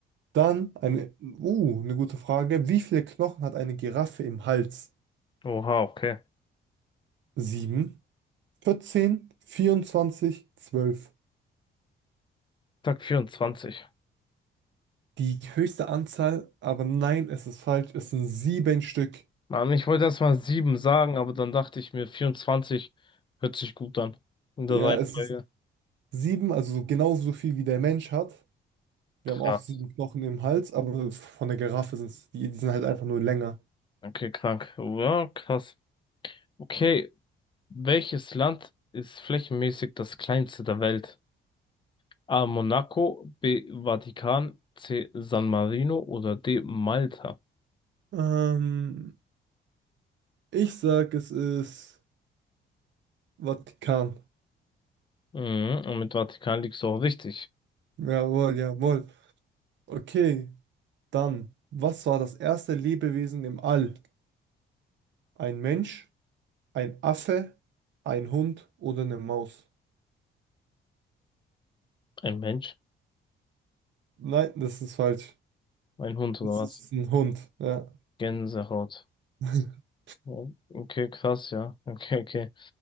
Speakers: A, on the right; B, on the left.
A: Dann eine, uh, eine gute Frage. Wie viele Knochen hat eine Giraffe im Hals?
B: Oha, okay.
A: 7, 14, 24, 12.
B: Tag 24.
A: Die höchste Anzahl, aber nein, es ist falsch. Es sind sieben Stück.
B: Mann, ich wollte erst mal sieben sagen, aber dann dachte ich mir, 24 hört sich gut an. In
A: Ja,
B: der Nee. Reihenfolge.
A: es ist sieben, also so genauso viel wie der Mensch hat. Wir
B: Krass.
A: haben auch sieben Knochen im Hals, aber von der Giraffe sind es, die, die sind halt einfach nur länger.
B: Okay, krank. Ja, krass. Okay, welches Land ist flächenmäßig das kleinste der Welt? A. Monaco, B. Vatikan, C. San Marino oder D. Malta?
A: Ähm, ich sag, es ist Vatikan.
B: Mhm, und mit Vatikan liegst du auch richtig.
A: Jawohl, jawohl. Okay. Dann, was war das erste Lebewesen im All? Ein Mensch, ein Affe, ein Hund oder eine Maus?
B: Ein Mensch?
A: Nein, das ist falsch.
B: Ein Hund oder
A: Es
B: was?
A: ist ein Hund, ja.
B: Gänsehaut.
A: <laughs>
B: Oh, Okay, krass, ja. Okay, okay.